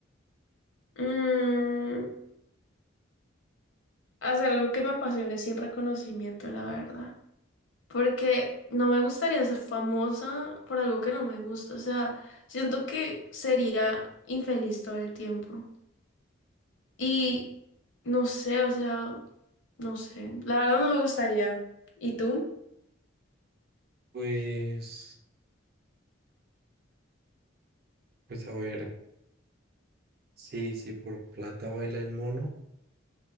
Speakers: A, on the left; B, on the right.
A: Mm, Hacer algo que me apasione sin reconocimiento, la verdad. Porque no me gustaría ser famosa por algo que no me gusta. O sea, siento que sería infeliz todo el tiempo. Y no sé, o sea, no sé. La verdad no me gustaría. ¿Y tú?
B: Pues, pues a ver, sí, sí, por plata baila el mono.